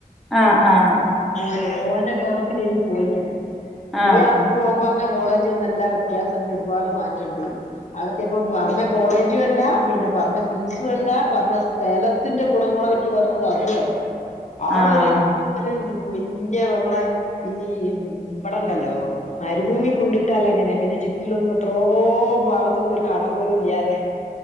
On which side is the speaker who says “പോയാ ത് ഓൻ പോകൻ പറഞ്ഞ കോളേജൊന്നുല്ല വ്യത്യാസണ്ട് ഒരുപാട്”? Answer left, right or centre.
Left